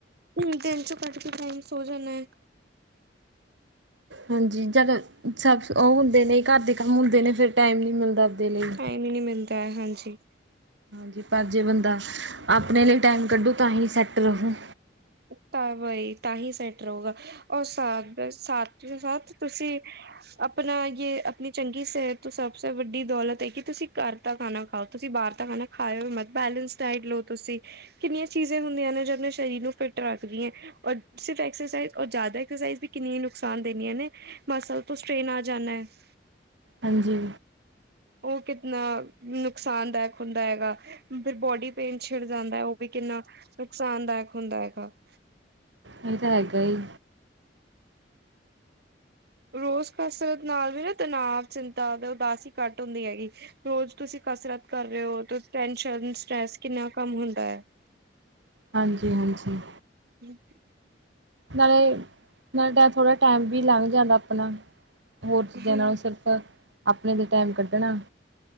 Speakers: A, on the right; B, on the right.
A: ਹੂਨੰ ਦਿਨ ਚੋ ਕਢ ਕੇ ਟਾਈਮ ਸੋ ਜਾਨਾ ਏ
B: ਹਾਂਜੀ ਜਦ ਸਭ ਉਠਦੇ ਨੇ ਘਰ ਦੇ ਕੰਮ ਹੁੰਦੇ ਨੇ ਫਿਰ ਟਾਈਮ ਨਹੀਂ ਮਿਲਦਾ ਆਪਦੇ ਲਈ
A: ਟਾਈਮ ਈ ਨਹੀਂ ਮਿਲਦਾ ਏ ਹਾਂਜੀ
B: ਹਾਂਜੀ ਪਰ ਜੇ ਬੰਦਾ ਆਪਨੇ ਲਈ ਟਾਈਮ ਕੱਢੁ ਤਾਂ ਹੀ ਸੈੱਟ ਰਹੂ
A: ਤਾਂ ਬਾਈ ਤਾਂ ਹੀ ਸੈਟ ਰਹੁਗਾ ਔਰ ਸਾ ਸਾਤ ਤੋਂ ਸਾਤ ਤੁਸੀਂ ਅਪਨਾ ਯੇ ਆਪਣੀ ਚੰਗੀ ਸਿਹਤ ਤੋਂ ਸਭ ਸੇ ਵੱਡੀ ਦੌਲਤ ਹੈ ਕਿ ਤੁਸੀਂ ਕਰ ਦਾ ਖਾਣਾ ਖਾਓ ਤੁਸੀਂ ਬਾਹਰ ਦਾ ਖਾਣਾ ਖਾਓ ਮਤ ਬੈਲੈਂਸ ਡਾਇਟ ਲਓ ਤੁਸੀਂ ਕਿੰਨੀਆਂ ਚੀਜ਼ਾਂ ਹੁੰਦੀਆਂ ਨੇ ਜੋ ਆਪਣੇ ਸਰੀਰ ਨੂੰ ਫਿੱਟ ਰੱਖਦੀ ਏ। ਔਰ ਸਿਰਫ਼ ਐਕਸਰਸਾਈਜ ਔਰ ਜਿਆਦਾ ਐਕਸਰਸਾਈਜ ਕਿੰਨੀਆਂ ਨੁਕਸਾਨ ਦੇਂਦੀਆਂ ਨੇ ਮਸਲ ਤੋਂ ਸਟੇਨ ਆ ਜਾਣਾ ਹੈ। <inaudible>
B: ਹਾਂਜੀ।
A: ਓਹ ਕਿਤਨਾ ਨੁਕਸਾਨਦਾਇਕ ਹੁੰਦਾ ਹੈਗਾ। ਫਿਰ ਬੋਡੀ ਪੇਨ ਛਿੜ ਜਾਂਦਾ ਹੈ, ਓਹ ਵੀ ਕਿੰਨਾ ਨੁਕਸਾਨਦਾਇਕ ਹੁੰਦਾ ਹੈਗਾ। <inaudible>
B: ਇਹ ਤਾਂ ਹੈਗਾ ਹੀ।
A: ਰੋਜ਼ ਕਸਰਤ ਨਾਲ ਵੀ ਨਾ ਤਨਾਵ ਚਿੰਤਾ ਤੇ ਉਦਾਸੀ ਹੀ ਘੱਟ ਹੁੰਦੀ ਹੈਗੀ। ਰੋਜ਼ ਤੁਸੀਂ ਕਸਰਤ ਕਰ ਰਹੇ ਹੋ, ਟੈਸ਼ਨ ਸਟਰੈਸ ਕਿੰਨਾ ਕਮ ਹੁੰਦਾ ਹੈ। <inaudible>
B: ਹਾਂਜੀ, ਹਾਂਜੀ।
A: <unintelligible>
B: ਨਾਲੇ, ਨਾਲੇ ਥੋੜ੍ਹਾ ਟਾਈਮ ਵੀ ਲੰਘ ਜਾਂਦਾ ਆਪਣਾ ਹੋਰ ਚੀਜ਼ਾਂ
A: ਹਾਂ,
B: ਨਾਲੋ ਸਿਰ ਅ ਆਪਣੇ ਤੇ ਟਾਈਮ ਕੱਢਣਾ।